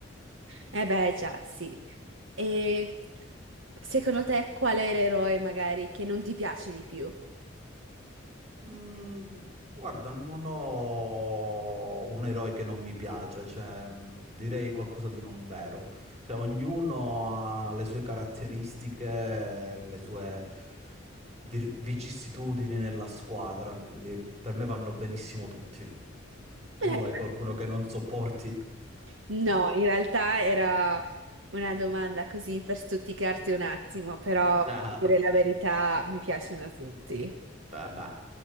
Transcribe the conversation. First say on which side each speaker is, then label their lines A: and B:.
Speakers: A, on the right (about 75°); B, on the right (about 35°).
A: Eh beh, già, sì. E secondo te qual è l'eroe magari che non ti piace di più?
B: Mm, guarda, non ho un eroe che non mi piace, cioè, mm, direi qualcosa di non vero. Cioè, ognuno ha le sue caratteristiche, le sue vi- vicissitudini nella squadra, quindi per me vanno benissimo tutti. Tu
A: Eh,
B: hai qualcuno che non sopporti?
A: No,
B: <laughs>
A: in realtà era una domanda così per stuzzicarti un attimo, però
B: Ah,
A: per dire la verità mi piacciono tutti.
B: vabbè,